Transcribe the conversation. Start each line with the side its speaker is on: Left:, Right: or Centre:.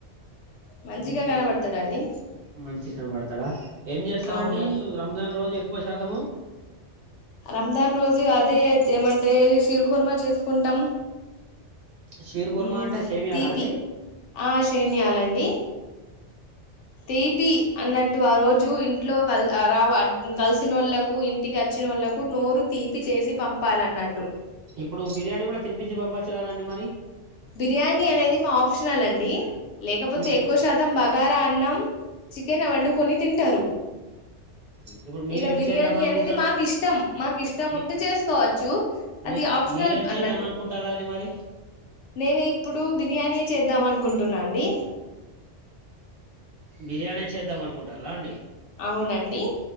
Left: మంచిగా
Right: ఊహూ
Left: కనబడతాడుండి
Right: మంచిగ కనపడతాడా ఏం చేస్తారండి
Left: అవునండి
Right: రంజాన్ రోజు ఎ క్కువ శాతం
Left: రంజన్ రోజు అదేత్ ఏమంటే షీరుకుర్మ చేసుకుంటాం
Right: షీర్ కుర్మా
Left: మ్
Right: అంటే సేమియాలా
Left: తీపి
Right: అండి
Left: ఆ షేమియాలండి తీపి అన్నట్టు ఆ రోజు ఇంట్లో కల్ రావ కల్స్ తినోళ్లకు ఇం టి కచ్చినోళ్ళకు నోరు తీపి చేసి పంపాలన్నట్టు
Right: ఇప్పుడు బిర్యానీ కూడా తినిపిచ్చి పంపచ్చు కదాండి మరి
Left: బిర్యానీ అనేది మా ఆప్షనల్ అండి లేకపోతే
Right: ఉమ్
Left: ఎక్కువ శాతం బగారా అన్నం చికెన్ వండుకొని తింటారు
Right: ఇప్పుడు మీరేం
Left: ఇగ బిర్యానీ
Right: చేద్దాం అనుకుంటారు
Left: అనేది మాకు ఇష్టం మాకు ఇష్టం
Right: మీ
Left: ఉంటే చేసుకోవచ్చు
Right: మీ
Left: అది ఆప్షనల్
Right: మీరేం చేద్దాం
Left: అన్నట్టు
Right: అనుకుంటాలా అండి మరి
Left: నేను ఇప్పుడు బిర్యానీ చేద్దాం అనుకుంటున్నా అండి
Right: బిర్యానీ చేద్దాం అనుకుంటాల్ల అండి
Left: అవునండి